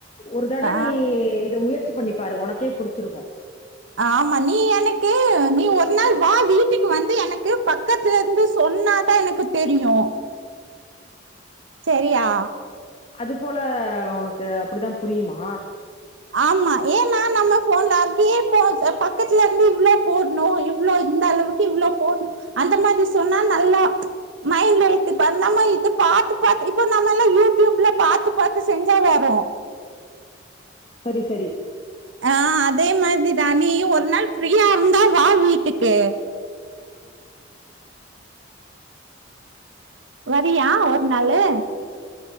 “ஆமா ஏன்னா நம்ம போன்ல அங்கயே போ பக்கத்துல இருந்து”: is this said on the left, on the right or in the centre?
Right